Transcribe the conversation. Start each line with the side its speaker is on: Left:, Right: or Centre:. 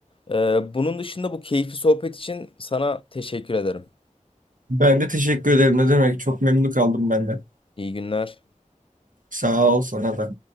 Left: E, bunun dışında bu keyifli sohbet için sana teşekkür ederim.
Right: Ben de teşekkür ederim. Ne demek? Çok memnun kaldım ben de.
Left: İyi günler.
Right: Sağ ol sana da.